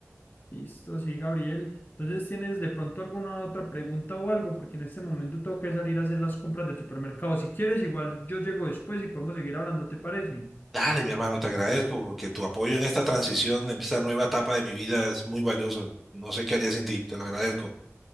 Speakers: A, on the left (about 40°); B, in the centre.
A: Listo, sí, Gabriel. Entonces, ¿tienes de pronto alguna otra pregunta o algo? Porque en este momento tengo que salir a hacer las compras del supermercado. Si quieres, igual yo llego después y podemos seguir hablando, ¿te parece?
B: Dale, mi hermano, te agradezco porque tu apoyo en esta transición, en esta nueva etapa de mi vida es muy valioso. No sé qué haría sin ti, te lo agradezco.